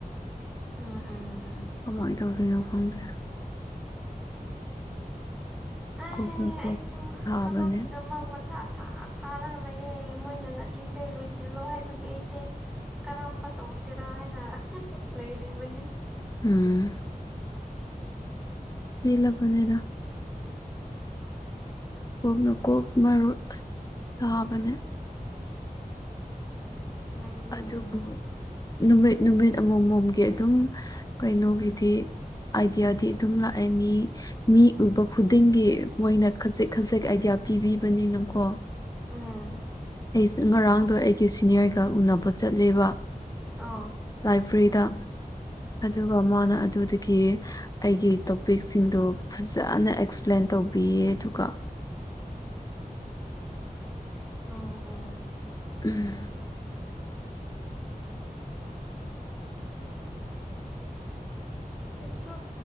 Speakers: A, in the centre; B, on the left.
A: ꯎꯝ ꯎꯝ
B: ꯀꯃꯥꯏꯅ ꯇꯧꯗꯣꯏꯅꯣ ꯈꯪꯗꯦ
A: ꯑ
B: ꯀꯣꯛꯅ ꯀꯣꯛ
A: ꯑꯩꯁꯨ
B: ꯊꯥꯕꯅꯦ
A: ꯊꯕꯛꯀꯤꯗꯃꯛ ꯁꯥꯔꯒ ꯂꯩꯌꯦꯦ ꯃꯣꯏꯅ ꯉꯁꯤꯁꯦ ꯂꯣꯏꯁꯤꯜꯂꯣ ꯍꯥꯏꯕꯒꯤ ꯑꯩꯁꯦ ꯀꯔꯝꯕ ꯇꯧꯁꯤꯔꯥ ꯍꯥꯏꯅ ꯂꯩꯔꯤꯕꯅꯤ
B: ꯎꯝ ꯄꯂꯕꯅꯦꯗ ꯀꯣꯛꯅ ꯀꯣꯛ ꯃꯔ ꯇꯥꯕꯅꯦ
A: ꯅꯨꯡꯉꯥꯏꯇꯦꯅꯦ
B: ꯑꯗꯨꯕꯨ ꯅꯨꯃꯤꯠ ꯅꯨꯃꯤꯠ ꯑꯃꯝꯃꯣꯝꯒꯤ ꯑꯗꯨꯝ ꯀꯩꯅꯣꯒꯤꯗꯤ ꯍꯥꯏꯗꯤꯌꯥꯗꯤ ꯑꯗꯨꯝ ꯂꯥꯛꯑꯦ ꯃꯤ ꯃꯤ ꯎꯕ ꯈꯨꯗꯤꯡꯒꯤ ꯃꯣꯏꯅ ꯈꯖꯤꯛ ꯈꯖꯤꯛ ꯑꯥꯏꯗꯤꯌꯥ ꯄꯤꯕꯤꯕꯅꯤꯅꯀꯣ
A: ꯎꯨꯝ
B: ꯑꯩꯁꯦ ꯉꯔꯥꯡꯗꯣ ꯑꯩꯒꯤ ꯁꯤꯅꯤꯌꯔꯒ ꯎꯅꯕ ꯆꯠꯂꯦꯕ
A: ꯑ
B: ꯂꯥꯏꯕ꯭ꯔꯦꯔꯤꯗ ꯑꯗꯨꯒ ꯃꯥꯅ ꯑꯗꯨꯗꯒꯤ ꯑꯩꯒꯤ ꯇꯣꯄꯤꯛꯁꯤꯡꯗꯣ ꯐꯖꯅ ꯑꯦꯛꯁꯄ꯭ꯂꯦꯟ ꯇꯧꯕꯤꯌꯦ ꯑꯗꯨꯒ
A: ꯑꯣ ꯑꯣ
B: ꯎꯝ
A: ꯁꯨ